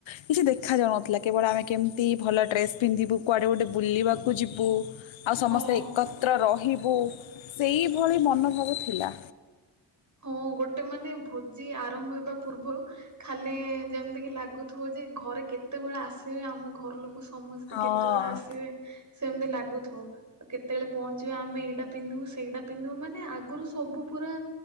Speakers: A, on the left; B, on the right.
A: କିଛି ଦେଖାଯାଉନଥିଲା କେବଳ ଆମେ କେମିତି ଭଲ ଡ୍ରେସ୍ ପିନ୍ଧିବୁ କୁଆଡ଼େ ଗୋଟେ ବୁଲିବାକୁ ଯିବୁ ଆଉ ସମସ୍ତେ
B: ହଁ।
A: ଏକତ୍ର ରହି ହୋ ସେଇଭଳି ମନୋଭାବ ଥିଲା
B: ହଁ ଗୋଟେ ମାନେ ଭୋଜି ଆରମ୍ଭ ହେବା ପୂର୍ବରୁ ଖାଲି ଯେମିତିକ ଲାଗୁଥିବ ଯେ ଘରେ କେତେବେଳେ ଆସିବେ ଆମ ଘର ଲୋକ ସମସ୍ତେ
A: ହଁ।
B: କେତେବେଳେ ଆସିବେ ସେମିତି ଲାଗୁଥିବ କେତେବେଳେ ପହଞ୍ଚିବ ଆମେ ଏଇଟା ପିନ୍ଧିବୁ ସେଇଟା ପିନ୍ଧିବୁ ମାନେ ଆଗରୁ ସବୁ ପୁରା